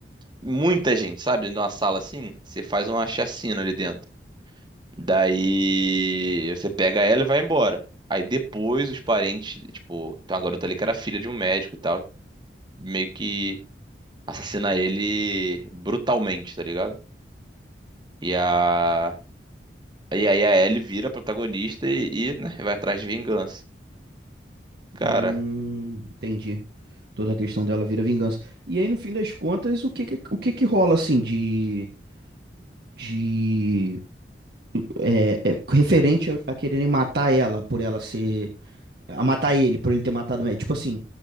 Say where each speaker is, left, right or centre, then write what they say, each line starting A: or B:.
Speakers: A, on the right (about 25°); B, on the right (about 60°).
A: Muita gente, sabe? Dentro de uma sala assim, você faz uma chacina ali dentro. Daí você pega ela e vai embora. Aí depois os parentes, tipo, tem uma garota ali que era filha de um médico e tal, meio que assassina ele brutalmente, tá ligado? E a. E aí a Ellie vira a protagonista e, e, né, vai atrás de vingança. Cara,
B: Hum, entendi. Toda a questão dela vira vingança. E aí, no fim das contas, o que que- o que que rola assim de de é, é, referente a, a quererem matar ela por ela ser a matar ele, por ele ter matado o médico. Tipo assim,